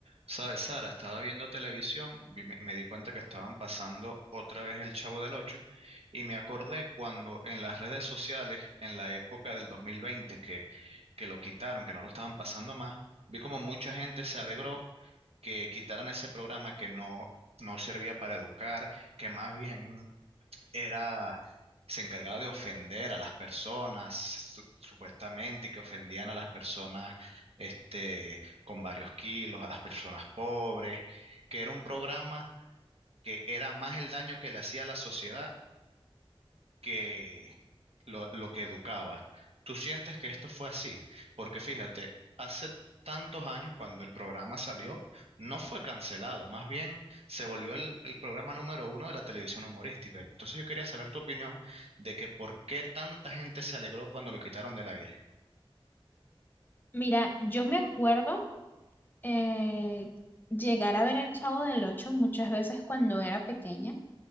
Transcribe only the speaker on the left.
Mira, yo me acuerdo eh, llegar a ver El Chavo del Ocho muchas veces cuando era pequeña